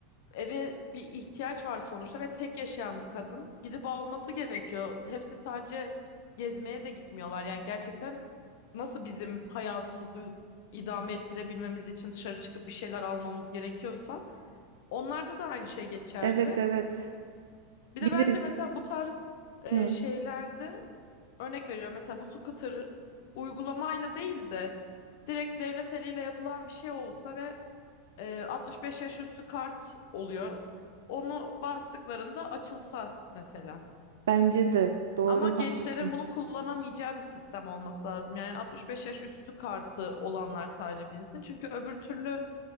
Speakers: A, on the left (about 65°); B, on the right (about 75°).
A: eve bir ihtiyaç var sonuçta ve tek yaşayan bir kadın gidip alması gerekiyor. Hepsi sadece gezmeye de gitmiyorlar. Yani gerçekten nasıl bizim hayatımızı idame ettirebilmemiz için dışarı çıkıp bir şeyler almamız gerekiyorsa onlarda da aynı şey geçerli.
B: Evet evet.
A: Bir
B: Biri
A: de bence mesela bu tarz e,
B: hı.
A: şeylerde örnek veriyorum mesela bu scooter uygulamayla değil de direkt devlet eliyle yapılan bir şey olsa ve e, 65 yaş üstü kart oluyor. Onu bastıklarında açılsa mesela.
B: Bence de doğru
A: Ama gençlerin
B: haklısın.
A: bunu kullanamayacağı bir sistem olması lazım. Yani 65 yaş üstü kartı olanlar sadece binsin. Çünkü öbür türlü